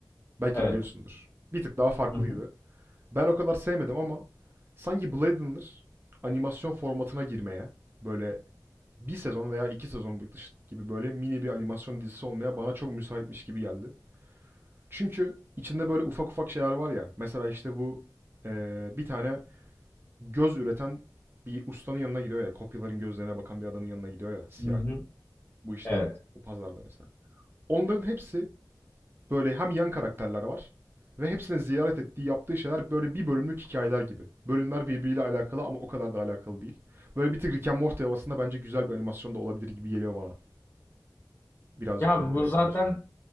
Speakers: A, on the right; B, on the left.
A: Belki
B: Evet.
A: biliyorsundur. Bir tık daha farklıydı.
B: Hı hı.
A: Ben o kadar sevmedim ama sanki Blade Runner animasyon formatına girmeye böyle bir sezon veya iki sezon gibi böyle mini bir animasyon dizisi olmaya bana çok müsaitmiş gibi geldi. Çünkü içinde böyle ufak ufak şeyler var ya. Mesela işte bu eee, bir tane göz üreten bir ustanın yanına gidiyor ya. Kopyaların gözlerine bakan bir adamın yanına gidiyor ya. Siyah
B: Hı hı.
A: bu işte
B: Evet.
A: bu pazarda mesela. Onların hepsi böyle hem yan karakterler var ve hepsine ziyaret ettiği yaptığı şeyler böyle bir bölümlük hikayeler gibi. Bölümler birbiriyle alakalı ama o kadar da alakalı değil. Böyle bir tık Rick and Morty havasında bence güzel bir animasyon da olabilir gibi geliyor bana. Birazcık
B: Ya
A: böyle
B: bu
A: Blade
B: zaten
A: Runner.